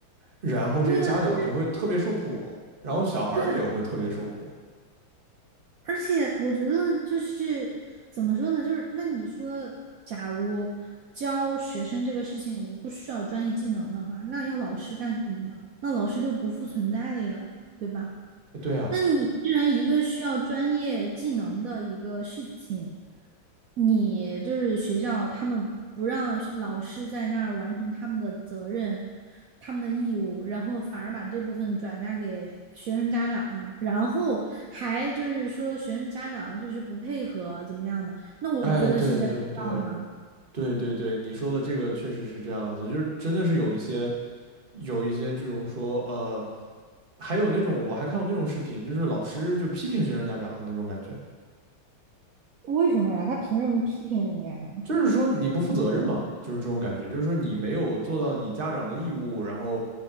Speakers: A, on the right (about 30°); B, on the right (about 70°).
A: 然后这些家长就会特别受苦，
B: 对呀、就是
A: 然后小孩儿也会特别受苦。
B: 对呀、而且我觉得就是怎么说呢，就是那你说，假如教学生这个事情不需要专业技能的话，那要老师干什么呢？那老师就不复存在了呀，对吧？
A: 对啊，
B: 那你既然一个需要专业技能的一个事情，你就是学校他们不让老师在那儿完成他们的责任、他们的义务，然后反而把这部分转嫁给学生家长，然后还就是说学生家长就是不配合怎么样的，那我不觉得是在搞笑吗？
A: 哎，对对对对对对，你说的这个确实是这样子，就是真的是有一些有一些这种说呃还有那种我还看过那种视频，就是老师就批评学生家长的那种感觉，
B: 为什么呀？他凭什么批评人家呀？
A: 就是说你不负责任嘛，就是这种感觉，就是说你没有做到你家长的义务，然后